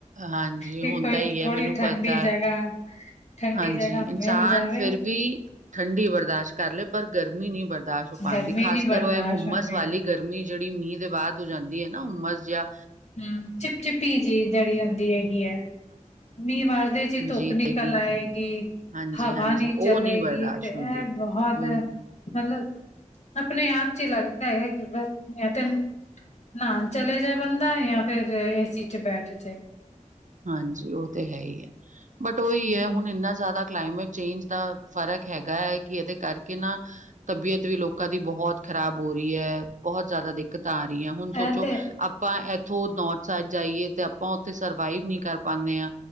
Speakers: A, on the right; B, on the left.
A: ਹਾਂਜੀ
B: ਕਿ
A: ਹੁੰਦਾ
B: ਕੋਈ
A: ਈ
B: ਥੋੜੀ
A: ਐ, ਮੈਨੂੰ
B: ਠੰਡੀ
A: ਪਤਾ।
B: ਜਗ੍ਹਾ ਠੰਡੀ
A: ਹਾਂਜੀ,
B: ਜਗ੍ਹਾ
A: ਇਨਸਾਨ
B: ਮਿਲ ਜਾਵੇ
A: ਫਿਰ ਵੀ ਠੰਡੀ ਬਰਦਾਸ਼ਤ ਕਰ ਲਏ, ਪਰ ਗਰਮੀ ਨਹੀਂ ਬਰਦਾ ਲਾਸ਼ ਹੋ ਪਾਂਦੀ,
B: ਗਰਮੀ
A: ਖਾਸ
B: ਨੀ
A: ਕਰ
B: ਬਰਦਾਸ਼ਤ
A: ਉਹ ਇਹ ਏ ਹੁਮਸ
B: ਹੁੰਦੀ।
A: ਵਾਲੀ ਗਰਮੀ ਜਿਹੜੀ ਮੀਂਹ ਦੇ ਬਾਅਦ ਹੋ ਜਾਂਦੀ ਐ ਨਾਂ ਉਮਸ ਜਿਹਾ
B: ਹਂ, ਚਿਪ ਚਿਪੀ ਜੀ ਜਿਹੜੀ ਹੁੰਦੀ ਹੈਗੀ ਐ, ਮੀਂਹ ਵਰਦੇ ਚ
A: ਹਾਂਜੀ
B: ਚ ਧੁੱਪ ਨਿਕਲ
A: ਤੇਗੀ
B: ਆਏਗੀ।
A: ਹਾਂਜੀ
B: ਹਵਾ
A: ਹਾਂਜੀ
B: ਨ੍ਹੀਂ
A: ਉਹ
B: ਚਲੇੇਗੀ
A: ਨਹੀਂ ਬਰਦਾਸ਼ਤ
B: ਤੇ ਇਹ
A: ਹੁੰਦੀ
B: ਬਹੁਤ
A: ਹਮ
B: ਮਤਲਬ ਆਪਣੇ ਆਪ ਚ ਈ ਲੱਗਦਾ ਹੈਗਾ ਕਿ ਬਸ ਮੈਂ ਤੈਨੂੰ ਨਾਨ ਚਲੇ ਜਾਏ ਬੰਦਾ ਜਾਂ ਫੇਰ ਏਸੀ ਚ ਬੈਠ ਜਾਏ।
A: ਹਾਂਜੀ, ਉਹ ਤੇ ਹੈ ਹੀ ਹੈ ਬਟ ਉਹੀ
B: ਹੂੰ,
A: ਹੈ ਹੁਣ ਇੰਨਾ ਜ਼ਿਆਦਾ ਕਲਾਈਮੇਟ ਚੇਂਜ ਦਾ ਫ਼ਰਕ ਹੈਗਾ, ਹੈ ਕਿ ਇਹਦੇ ਕਰਕੇ ਨਾ ਤਬੀਅਤ ਵੀ ਲੋਕ ਲੋਕਾਂ ਦੀ ਬਹੁਤ ਖ਼ਰਾਬ ਹੋ ਰਹੀ ਹੈ ਬਹੁਤ ਜ਼ਿਆਦਾ ਦਿੱਕਤਾਂ ਆ ਰਹੀਆਂ ਹੁਣ ਸੋਚੋ
B: ਇਹ ਤੇ
A: ਆਪਾਂ ਇੱਥੋਂ ਨੌਥ ਸਾਈਡ ਜਾਈਏ ਤੇ ਆਪਾਂ ਉੱਥੇ ਸਰਵਾਈਵ ਨਹੀਂ ਕਰ ਪਾਉਂਦੇ ਹਾਂ।